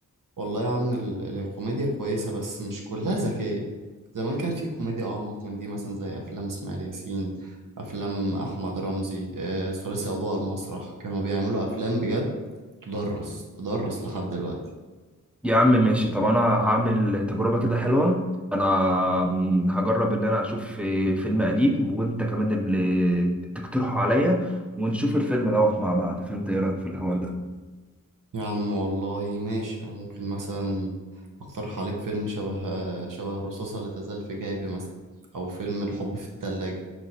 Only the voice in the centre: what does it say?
يا عم ماشي طب انا هعمل تجربة كده حلوة انا م، هجرب ان انا اشوف آه، فيلم قديم وانت كمان اللي تقترحه عليا ونشوف الفيلم دوت مع بعض فانت ايه رأيك في الحوار ده